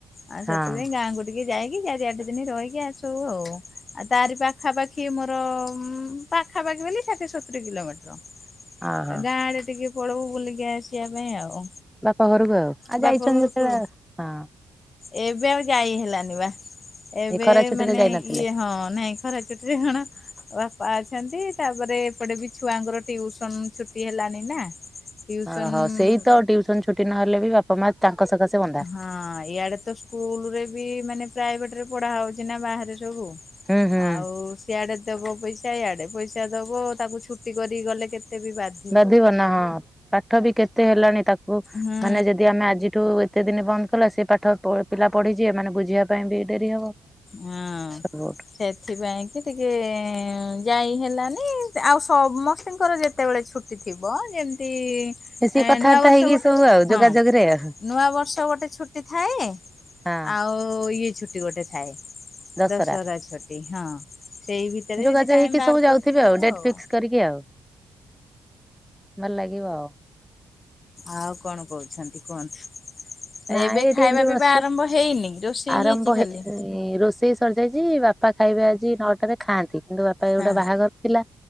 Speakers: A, on the left; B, in the centre.
A: ଆଉ
B: ହଁ।
A: ସେଥିପାଇଁ ଗାଁ ଗୋ ଟିକେ ଯାଇକି ଚାରି ଆଠ ଦିନ ରହିକି ଆସୁ ଆଉ ଆଉ ତାରି ପାଖାପାଖି ଖଏ ମୋର ପାଖାପାଖି ବୋଲି ଷାଠିଏ ସତୁରି କିଲୋମିଟର।
B: ଓହୋ
A: ଗାଁ ଆଡେ ଟିକେ ପଳଉ ବୁଲିକି ଆସିବା ପାଇଁ ଆଉ।
B: ବାପ ଘରକୁ ଆଉ ଆଉ
A: ବାପ
B: ଯାଇଛନ୍ତି
A: ଘରକୁ।
B: ଯେତେବେଳେ, ହଁ।
A: ଏବେ ଆଉ ଗାଈ ହେଲାନି ବା ଏବେ
B: ଏଇ ଖରା ଛୁଟିରେ
A: ମାନେ
B: ଯାଇନଥିଲେ।
A: ଇଏ ହଁ ନାଇଁ ଖରା ଚୁଟିରେ କଣ ବାପା ଅଛନ୍ତି ତାପରେ ଏପଟେ ବି ଛୁଆଙ୍କର ଟିଉସନ ଛୁଟି ହେଲଣିି ନା। ଟିଉସନ
B: ଓହୋ ସେଇ ତ ଟ୍ୟଉସନ ଛୁଟି ନହେଲେ ବି ବାପା ମା ତାଙ୍କ ସକାଶେ ବନ୍ଧା।
A: ହଁ ଇଆଡେଊ ତ ସ୍କୁଲ ରେ ବି ମାନେ ପ୍ରାଇଭେଟ ରେ ପଢ଼ା ହଉଛି ନା ବାହାରେ ସବୁ।
B: ହୁଁ ହୁଁ।
A: ଆଉ ସିଆଡ଼େ ଦବ ପଇସା ଇଆଡ଼େ ପଇସା ଦବ ତାକୁ ଛୁଟି କରିକି ଗଲେ କେତେ ବି ବାଧ
B: ବାଧିବ ନା ହଁ ପାଠ ବି କେତେ ହେଲାଣି ତାକୁ
A: ହୁଁ
B: ମାନେ ଯଦି ଆମେ ଆଜିଠୁ ଏତେ ଦିନ ବନ୍ଦ କଲା ସେ ପାଠ ପିଲା ପଢ଼ିଯିବେ ମାନେ ବୁଝିବା ପାଇଁ ବି ଡେରି ହବ।
A: ହଁ।
B: ସବୁଠୁ
A: ସେଥିପାଇଁ କି ଟିକେ ଯାଇ ହେଲାନି ଆଉ ସମସ୍ତିଙ୍କର ଯେ ଯେତେବେଳେ ଛୁଟି ଥିବ ଯେମତି ଏ
B: ମିଶିକି କଥାବାର୍ତ୍ତା
A: ନୂଆ ବର୍ଷ
B: ହେଇକି
A: ଗୋଟେ
B: ସବୁ ଆଉ
A: ହଁ
B: ଯୋଗାଯୋଗରେ ଆଉ
A: ନୂଆ ବର୍ଷ ଗୋଟେ ଛୁଟି ଥାଏ
B: ହଁ
A: ଆଉ ଇଏ ଛୁଟି ଗୋଟେ ଥାଏ।
B: ଦଶରା
A: ଦଶହରା ଛୁଟି ହଁ ସେଇ ଭିତରେ
B: ଯୋଗାଯୋଗ
A: ଯଦି ଟାଇମ
B: ହେଇକି
A: ବାହାର
B: ସବୁ
A: କରିକି
B: ଯାଉଥିବେ
A: ଯିବୁ
B: ଡେଟ୍
A: ଆଉ।
B: ଫିକ୍ସ କରିକି ଆଉ ଭଲ ଲାଗିବ ଆଉ।
A: ଆଉ କଣ କହୁଛନ୍ତି କୁହନ୍ତୁ
B: ନାଇଁ
A: ଏବେ
B: ଏଇଠି
A: ଖାଇବା
B: ଏମିତି
A: ପିଇବା
B: ବସିଛୁ।
A: ଆରମ୍ଭ ହେଇନି? ରୋଷେଇ
B: ଆରମ୍ଭ
A: ହେଇଛି ଖାଲି।
B: ହେଇ ରୋଷେଇ ସରିଯାଇଛି ବାପା ଖାଇବେ ଆଜି ନଅଟାରେ ଖାଆନ୍ତି କିନ୍ତୁ ବାପା ଗୋଟେ
A: ହଁ
B: ବାହାଘର ଥିଲା